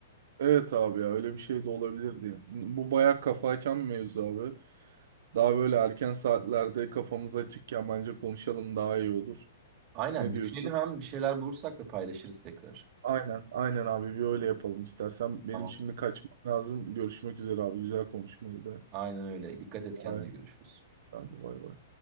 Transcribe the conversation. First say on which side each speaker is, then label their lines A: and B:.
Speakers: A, on the right; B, on the right.
A: Evet abi ya öyle bir şey de olabilir diye. Bu bayağı kafa açan bir mevzu abi. Daha böyle erken saatlerde kafamız açıkken bence konuşalım daha iyi olur.
B: Aynen
A: Ne diyorsun?
B: düşünelim hem bir şeyler bulursak da paylaşırız tekrar.
A: Aynen, aynen abi bir öyle yapalım istersen. Benim
B: Tamam.
A: şimdi kaçmam lazım. Görüşmek üzere abi. Güzel konuşmaydı.
B: Aynen öyle. Dikkat et kendine
A: Bye.
B: görüşürüz.
A: Sen de bay bay.